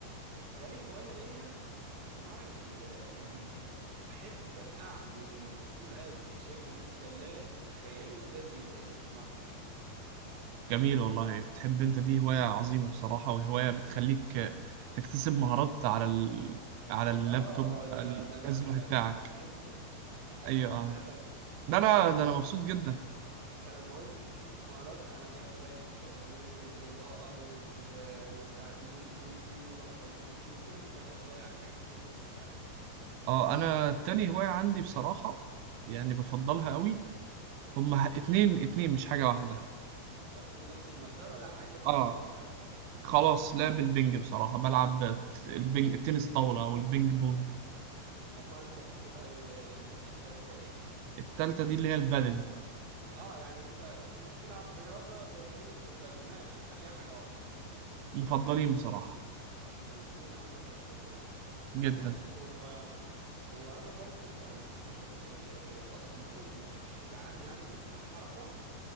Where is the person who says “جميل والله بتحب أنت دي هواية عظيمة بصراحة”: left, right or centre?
Right